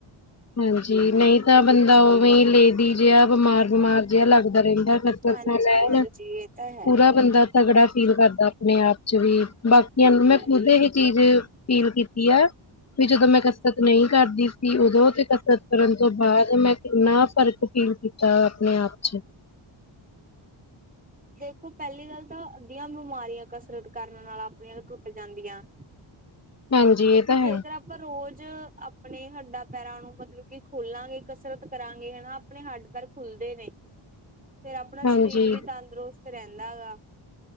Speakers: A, on the left; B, on the right.
A: ਹਾਂਜੀ, ਨਹੀਂ ਤਾਂ ਬੰਦਾ ਉਵੇਂ ਲੇ ਦੀ ਜਿਹਾ ਬਿਮਾਰ ਬਮਾਰ ਜਿਹਾ ਲੱਗਦਾ। ਰਹਿੰਦਾ ਫਸਲ
B: ਹਾਂਜੀ
A: ਲੇਣਾ
B: ਹਾਂਜੀ ਇਹ ਤਾਂ ਹੈ
A: ਪੂਰਾ ਬੰਦਾ ਤਗੜਾ ਫੀਲ ਕਰਦਾ ਆਪਣੇ ਆਪ ਚ ਵੀ, ਬਾਕੀਆਂ ਨੂੰ ਮੈਂ
B: ਹਾਂਜੀ
A: ਖੁਦ ਇਹ ਚੀਜ਼। ਫੀਲ ਕੀਤੀ ਹੈ, ਵੀ ਜਦੋਂ ਮੈਂ
B: ਹਾਂਜੀ।
A: ਕਸਰਤ ਨਹੀਂ ਕਰਦੀ ਸੀ ਉਦੋਂ ਤੇ ਕਸਰਤ ਕਰਨ ਤੋਂ ਬਾਅਦ ਮੈਂ ਕਿੰਨਾ ਫ਼ਰਕ ਫੀਲ ਕੀਤਾ, ਆਪਣੇ ਆਪ ਚ
B: ਦੇਖੋ, ਪਹਿਲੀ ਗੱਲ ਤਾਂ ਅੱਧੀਆਂ ਬਿਮਾਰੀਆਂ ਕਸਰਤ ਕਰਨ ਨਾਲ ਆਪਣੀਆਂ ਟੁੱਟ ਜਾਂਦੀਆਂ। ਕਿਉਂਕਿ
A: ਹਾਂਜੀ ਇਹ ਤਾਂ ਹੈ
B: ਜੇਕਰ ਆਪਾਂ ਰੋਜ਼, ਆਪਣੇ ਹੱਡਾਂ ਪੈਰਾਂ ਨੂੰ ਮਤਲਬ ਕਿ ਖੋਲਾਂਗੇ ਕਸਰਤ ਕਰਾਂਗੇ, ਹਨਾ ਆਪਣੇ ਹੱਡ ਪੈਰ ਖੁੱਲ ਨੇ ਫਿਰ ਆਪਣਾ
A: ਹਾਂਜੀ
B: ਸਰੀਰ ਵੀ ਤੰਦਰੁਸਤ ਰਹਿੰਦਾ ਗਾ।